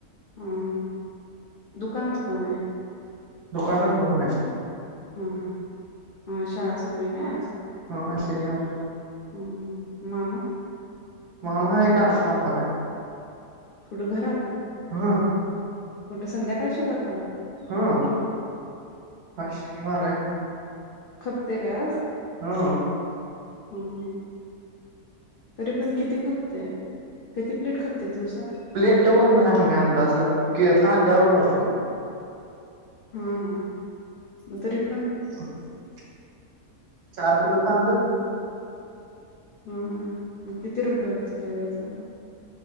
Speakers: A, on the left; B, on the right.
A: हां हां दुकानात कोण आहे?
B: दुकानत बघ आहे
A: हा हा शाळा सुटली नाही आज
B: हा शनिवार
A: ह ह मामा
B: मामा आहे काांता काला
A: कुठं घर आात
B: हा
A: कुठं संध्याकाळ शेलता
B: हार आहे
A: खपते काय आज
B: हा
A: हम्म हम्म. तरी पण किती खपतय किती प्लेट खपतय दिवसात?
B: प्लेट ववर न ममी अंदाज लाव क कांद्यावर लावते
A: हा हा मग तरी पण
B: <unintelligible> चार किलो कांद
A: ह ह मग किती रुपये होते तेवढ्याच